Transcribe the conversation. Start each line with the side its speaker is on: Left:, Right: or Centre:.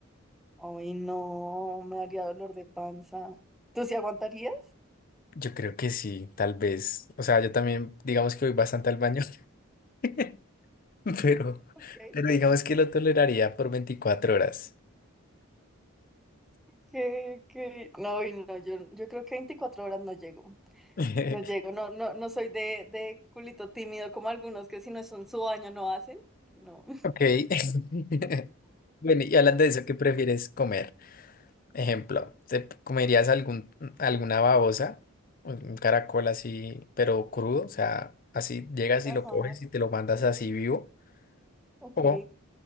Centre: Ay, no, me daría dolor de panza. ¿Tú sí aguantarías?
Left: Yo creo que sí, tal vez. O sea, yo también, digamos que voy bastante al baño, <laughs> pero,
Centre: ¿Qué?
Left: pero digamos que lo toleraría por veinticuatro horas.
Centre: ¿Qué? qué? No, y no, yo, yo creo que 24 horas no llego.
Left: <laughs>
Centre: No llego, no, no, no soy de, de culito tímido como algunos que si no es un su baño no hacen. No.
Left: Ok. <laughs> Bueno, y hablando de eso, ¿qué prefieres comer? Ejemplo, ¿te comerías algún, alguna babosa, un caracol así, pero crudo? O sea, así llegas
Centre: Ajá,
Left: y lo coges y te lo mandas así vivo.
Centre: ok.
Left: ¿O